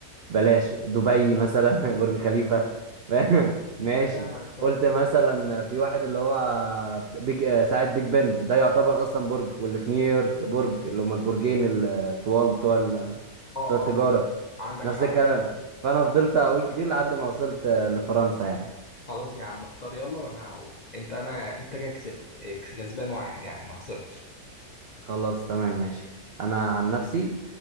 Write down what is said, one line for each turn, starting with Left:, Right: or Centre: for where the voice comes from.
Right: بلاش دبي مثلا <laughs> برج خليفة فاهم؟ ماشي
Left: فاهمك فاهم
Right: قلت مثلا في واحد اللي هو بيج آه، ساعة بيج بن ده يعتبر اصلا برج واللي في نيويورك برج اللي هما البرجين الطوال بتوع ال-
Left: اه
Right: بتوع التجارة
Left: اه عندك
Right: نفس
Left: حق
Right: الكلام فانا فضلت اقول كتير لحد ما وصلت آه، لفرنسا يعني
Left: خلاص يا عم اختار يلا وانا اهو انت انا انت كده كسبت إيه، كسبان واحد يعني ما خسرتش
Right: خلاص تمام ماشي انا عن نفسي